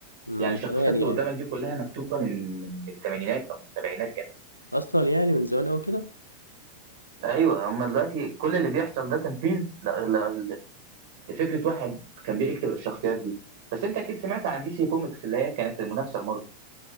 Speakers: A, on the left; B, on the right.
A: من
B: يعني الشخصيات
A: زمان
B: اللي
A: يعني
B: قدامك دي كلها مكتوبه من من الثمانينات او من السبعينات كمان
A: اصلا يعني من زمان قوي كده
B: ايوه هم دلوقتي كل اللي بيحصل ده تنفيذ ل... ل... لفكره واحد كان بيكتب الشخصيات دي بس انت اكيد سمعت عن دي سي كوميكس اللي هي كانت المنافسه لمارفل